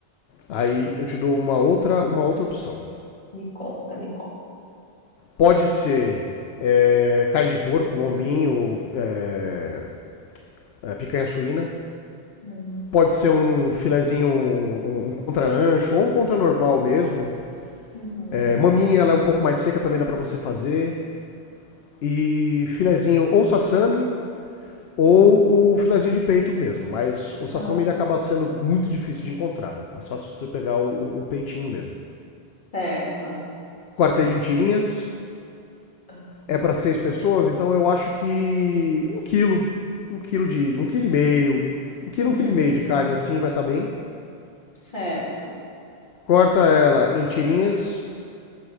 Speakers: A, on the left (about 80°); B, on the left (about 50°).
A: Aí eu te dou uma outra, uma outra opção.
B: Me conta, me conta.
A: Pode ser é, carne de porco, lombinho, é, é, picanha suína.
B: Hum.
A: Pode ser um filezinho, um, um contra-ancho ou um contra-normal mesmo.
B: Uhum.
A: É, maminha, ela é um pouco mais seca, também dá para você fazer. E filezinho ou sassami ou o filezinho de peito mesmo. Mas o sassami
B: Ah,
A: ele acaba sendo muito difícil de encontrar. Mais fácil você pegar o, o peitinho mesmo.
B: certo.
A: Corta ele em tirinhas,
B: Ah.
A: é para seis pessoas, então eu acho que um quilo, um quilo de, de um quilo e meio, um quilo,
B: Uhum,
A: um quilo e meio de carne assim vai estar bem.
B: certo.
A: Corta ela em tirinhas,